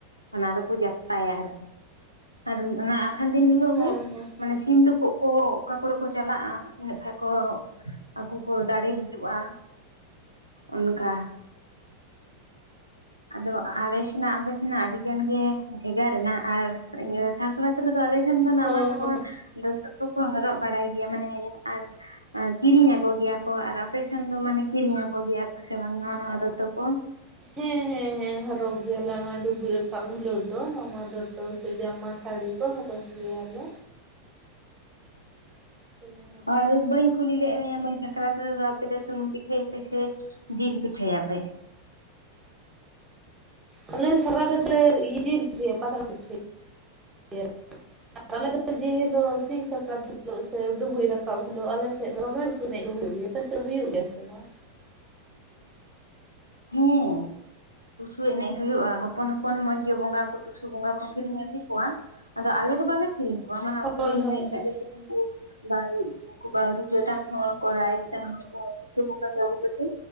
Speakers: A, on the right (about 85°); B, on the right (about 15°).
A: ᱚᱱᱟ ᱫᱚᱠᱚ ᱡᱟᱠᱛᱟᱭᱟ ᱟᱨᱠᱤ ᱟᱨ ᱚᱱᱟ ᱠᱷᱟᱱ ᱫᱤᱱ ᱦᱤᱞᱳᱜ
B: ᱦᱳᱭ
A: ᱜᱮ
B: ᱦᱳᱭ
A: ᱢᱟᱱᱮ ᱥᱤᱢ ᱛᱩᱯᱩᱜ ᱠᱚ ᱚᱠᱟ ᱠᱚᱨᱮ ᱠᱚ ᱪᱟᱞᱟᱜᱼᱟ ᱤᱱᱟᱹᱜ ᱠᱷᱟᱱ ᱠᱚ ᱟᱠᱚ ᱠᱚ ᱫᱟᱲᱮ ᱦᱤᱡᱩᱜᱼᱟ᱾ ᱚᱱᱠᱟ ᱟᱫᱚ ᱟᱞᱮ ᱥᱮᱱᱟᱜ ᱟᱯᱮ ᱥᱮᱱᱟᱜ ᱟᱹᱰᱤ ᱟᱹᱰᱤ ᱜᱟᱱ ᱜᱮ ᱵᱷᱮᱜᱟᱨ ᱮᱱᱟ ᱟᱨ ᱤᱭᱟᱹ ᱥᱟᱠᱨᱟᱛ ᱨᱮᱫᱚ ᱟᱞᱮ ᱮᱱᱠᱷᱟᱱ ᱫᱚ ᱱᱟᱣᱟ
B: ᱦᱳᱭ
A: ᱱᱟᱣᱟ
B: ᱦᱳᱭ
A: ᱫᱚᱛᱚ ᱠᱚᱠᱚ ᱦᱚᱨᱚᱜ ᱵᱟᱲᱟᱭ ᱜᱮᱭᱟ ᱢᱟᱱᱮ ᱟᱨ ᱠᱤᱨᱤᱧ ᱟᱠᱚᱜᱮᱭᱟ ᱠᱚ ᱟᱨ ᱟᱯᱮᱥᱮᱱ ᱫᱚ ᱢᱟᱱᱮ ᱠᱤᱨᱤᱧ ᱟᱠᱚ ᱜᱮᱭᱟ ᱠᱚ ᱥᱮ ᱵᱟᱝ ᱱᱟᱣᱟ ᱱᱟᱣᱟ ᱫᱚᱛᱚ ᱠᱚ᱾
B: ᱦᱮᱸ ᱦᱮᱸ ᱦᱮᱸ᱾ ᱦᱚᱨᱚᱜ ᱜᱮᱭᱟᱞᱮ ᱚᱱᱟ ᱰᱩᱵᱩᱡ ᱨᱟᱠᱟᱵ ᱦᱤᱞᱳᱜ ᱫᱚ ᱱᱟᱣᱟ ᱫᱚᱛᱚ ᱥᱮ ᱡᱟᱢᱟ ᱥᱟᱹᱲᱤ᱾ ᱠᱚ ᱦᱚᱨᱚᱜ ᱜᱮᱭᱟᱞᱮ, <inaudible>
A: ᱟᱨ ᱵᱟᱹᱧ ᱠᱩᱞᱤ ᱞᱮᱫ ᱢᱮᱭᱟ ᱢᱟᱹᱭ ᱥᱟᱠᱨᱟᱛ ᱨᱮᱫᱚ ᱟᱯᱮ ᱥᱩᱱᱩᱢ ᱯᱤᱴᱷᱟᱹᱭ ᱟᱯᱮ ᱥᱮ ᱡᱤᱞ ᱯᱤᱴᱷᱟᱹᱭᱟ ᱯᱮ?
B: ᱟᱞᱮ ᱥᱟᱠᱨᱟᱛ ᱨᱮᱫᱚ ᱞᱮ ᱡᱤᱞ ᱯᱤᱴᱷᱟᱹᱭᱟ ᱯᱟᱛᱲᱟ ᱯᱤᱴᱷᱟᱹᱭᱟ ᱞᱮ᱾ ᱟᱨ ᱟᱞᱮ ᱫᱚ ᱡᱮ ᱦᱤᱞᱳᱜ ᱥᱤᱧ ᱥᱟᱠᱨᱟᱛ ᱦᱤᱞᱳᱜ ᱥᱮ ᱰᱩᱵᱩᱡ ᱨᱟ ᱠᱟᱵ ᱦᱤᱞᱳᱜ ᱟᱞᱮ ᱥᱮᱫ ᱫᱚᱢᱮ ᱴᱩᱥᱩ ᱮᱱᱮᱡ ᱠᱚ ᱦᱳᱭᱳᱜ ᱜᱮᱭᱟ, ᱟᱯᱮ ᱥᱮᱫ ᱦᱳᱭᱳᱜᱼᱟ ᱥᱮ ᱵᱟᱝ?
A: ᱦᱮᱸ᱾ ᱴᱩᱥᱩ ᱮᱱᱮᱡ ᱦᱩᱭᱩᱜᱼᱟ ᱦᱚᱯᱚᱱ ᱦᱚᱯᱚᱱ ᱢᱚᱡᱽ ᱜᱮ ᱵᱚᱸᱜᱟ
B: ᱚ
A: ᱠᱚ ᱴᱩᱥᱩ ᱵᱚᱸᱜᱟ ᱠᱚ ᱠᱤᱨᱤᱧ ᱟᱹᱜᱩ ᱠᱚᱣᱟ ᱟᱫᱚ ᱟᱞᱮ ᱫᱚ ᱵᱟᱞᱮ ᱠᱤᱨᱤᱧ ᱠᱚᱣᱟ ᱢᱟᱱᱮ ᱩᱱᱠᱩ
B: ᱦᱳᱭ
A: ᱫᱚ ᱢᱟᱱᱮ
B: ᱦᱳᱭ
A: ᱮᱴᱟᱜ
B: ᱦᱮᱸ
A: ᱡᱟᱹᱛᱤ ᱨᱮᱱ ᱠᱩ <unintelligible> ᱩᱱᱠᱩ ᱵᱟᱣᱨᱤ ᱡᱟᱹᱛ <unintelligible> ᱴᱩᱥᱩ ᱵᱚᱝᱜᱟ ᱠᱚ ᱟᱜᱩ ᱠᱚᱛᱮ